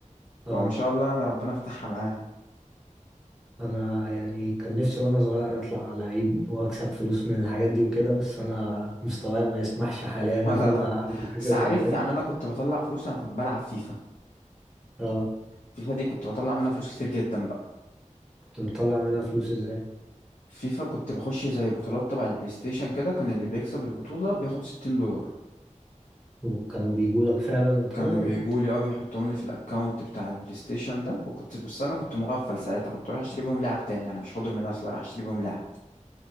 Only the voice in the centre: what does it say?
اه
أنا يعني كان نفسي وأنا صغير أطلع لعيب وأكسب فلوس من الحاجات دي وكده بس أنا مستواي ما يسمحش حاليا
إن
أنا
أعمل حاجة
زي
كده
اه
كنت بتطلع منها فلوس إزاي
وكانوا بيجولك فعلا وكده
وبت...